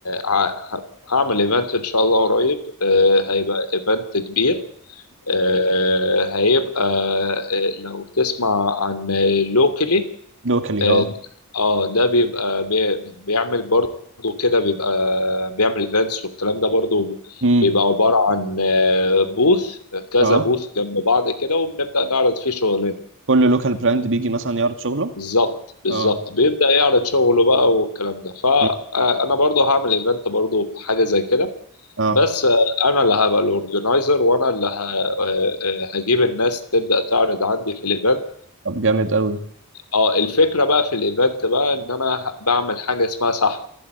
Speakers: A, on the left; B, on the right.
A: ه- هعمل ايفنت ان شاء الله قريب آه، هيبقى ايفنت كبير آه، هيبقى آه، لو تسمع عن لوكلي
B: لوكالي
A: اه
B: اه
A: آه، ده بيبقى بي- بيعمل برضه كده بيبقى بيعمل ايفنتس والكلام ده برضه
B: امم
A: بيبقى عبارة عن آه، بوث كذا
B: اه
A: بوث جنب بعض كده وبنبدأ نعرض فيه شغلنا
B: كل لوكال براند بيجي مثلا يعرض شغله
A: بالظبط بالظبط
B: اه
A: بيبدأ يعرض شغله بقى والكلام ده فأنا
B: مم.
A: برضه هعمل ايفنت برضه حاجة زي كده
B: اه
A: بس آه، أنا اللي هبقى الأورجنايزر وأنا اللي ه- آه، آه، هجيب الناس تبدأ تعرض عندي في الايفنت
B: طب جامد قوي
A: اه الفكرة بقى في الايفنت بقى ان انا ه- بعمل حاجة اسمها سحب